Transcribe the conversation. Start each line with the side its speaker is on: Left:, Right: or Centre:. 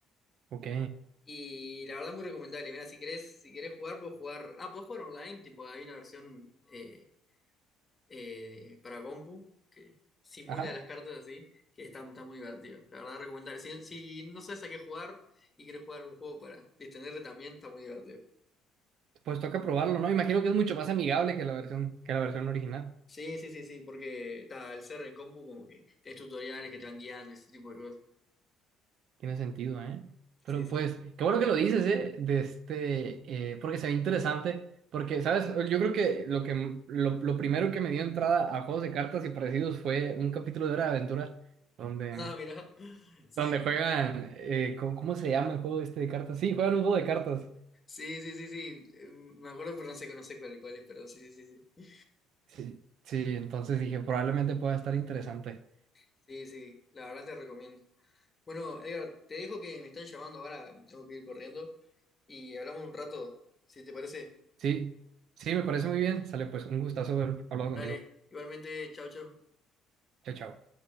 Right: ok.
Left: Y la verdad es muy recomendable. Mira, si querés, si querés jugar, puedes jugar. Ah, puedes jugar online, tipo, hay una versión eh, eh, para compu, que simula
Right: Ajá.
Left: las cartas así, que está, está muy divertido. La verdad, recomendable. Si, si no sabes a qué jugar y quieres jugar un juego para distenderte también, está muy divertido.
Right: Pues toca probarlo, ¿no? Imagino que es mucho más amigable que la versión, que la versión original.
Left: Sí, sí, sí, sí, porque está, al ser en compu como que tenés tutoriales que te van guiando y ese tipo de cosas.
Right: Tiene sentido, ¿eh? Pero
Left: Sí, sí,
Right: pues,
Left: sí. <laughs>
Right: qué bueno que lo dices, ¿eh? De este, eh, porque se ve interesante. Porque, ¿sabes? Yo creo que lo que m- lo, lo primero que me dio entrada a juegos de cartas y parecidos fue un capítulo de Hora de Aventura donde,
Left: Ah, mirá. Sí,
Right: donde juegan, eh, ¿cómo, cómo se llama el juego este de cartas? Sí, juegan un juego de cartas.
Left: sí, sí, sí, sí. Eh, Me acuerdo, pero no sé, no sé cuál, cuál es, pero sí, sí, sí, sí.
Right: Sí, sí, entonces dije, probablemente pueda estar interesante.
Left: Sí, sí, la verdad te recomiendo. Bueno, Edgar, te dejo que me están llamando ahora, tengo que ir corriendo y hablamos un rato, si te parece.
Right: Sí, sí, me parece muy bien. Sale pues, un gustazo haber hablado
Left: Dale,
Right: contigo.
Left: igualmente, chao, chao.
Right: Chao, chao.